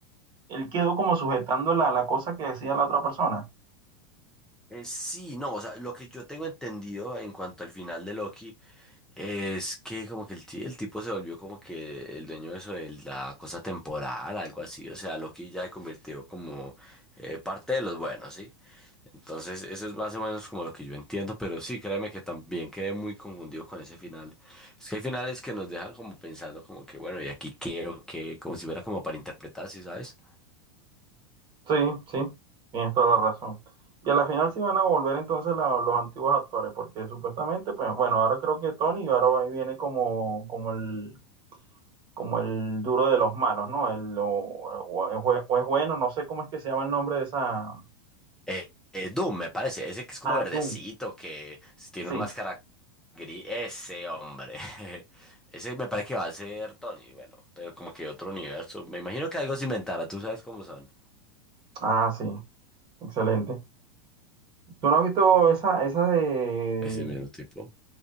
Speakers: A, on the right; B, in the centre.
A: Él quedó como sujetando la, la cosa que decía la otra persona.
B: Eh, sí, no, o sea, lo que yo tengo entendido en cuanto al final de Loki Es que como que el, ti- el tipo se volvió como que el dueño de eso de la cosa temporal, algo así. O sea, Loki ya se convirtió como eh, parte de los buenos, ¿sí? Entonces, eso es más o menos como lo que yo entiendo, pero sí, créeme que también quedé muy confundido con ese final. Es que hay finales que nos dejan como pensando como que, bueno, ¿y aquí qué o qué? Como si fuera como para interpretar, ¿sí sabes?
A: Sí, sí, tienes toda la razón. Y a la final sí van a volver entonces la- los antiguos actores, porque supuestamente, pues, bueno, ahora creo que Tony ahora va- viene como, como el, como el duro de los malos, ¿no? El, o, o es, bue- o es bueno, no sé cómo es que se llama el nombre de esa.
B: Eh, eh, Doom, me parece. Ese que es como
A: Ah,
B: verdecito,
A: Doom.
B: que si tiene
A: Sí.
B: una máscara gris. Ese hombre. <laughs> Ese me parece que va a ser Tony, bueno, pero como que otro universo. Me imagino que algo se inventará, tú sabes cómo son.
A: Ah, sí. Excelente. ¿Tú no has visto esa, esa de...
B: Ese mismo tipo.